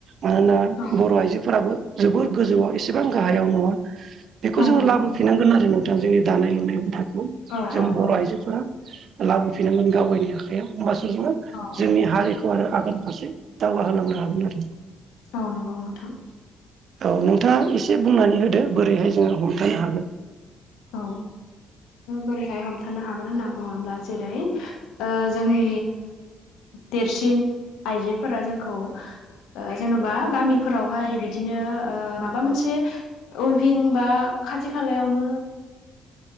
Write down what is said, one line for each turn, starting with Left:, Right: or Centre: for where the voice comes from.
Right: मानोना
Left: औ
Right: बर' आइजोफोराबो जोबोर गोजौआव एसेबां गाहायाव नङा बेखौ
Left: औ
Right: जोंङो
Left: नंगौ
Right: लाबोफिनांगोन
Left: नोंथां
Right: आरो नों थां जोंनि दानाय लुनाय हुदाखौ
Left: औ
Right: जों
Left: औ
Right: बर'
Left: औ
Right: आइजोफोरा लाबोफिननांगोन गावगायनि आखायाव होमबासो जोङो
Left: औ औ
Right: जोंनि हारिखौ आरो आगान फारसे दावगाहोलांनो हागोन आरो
Left: औ नंगौ नोंथां
Right: औ नोंथाङा एसे बुंनानै होदो बोरैहाय जोङो हमथायानो हागोन
Left: औ बोरैहाय हमथानो हागोन होनना बुङोब्ला जेरै जोंनि देरसिन आइजोफोरा जोंखौ ओ जेनबा गामिफोरावहाय बिदिनो ओ माबा मोनसे अइभिं बा खाथि खालायावनो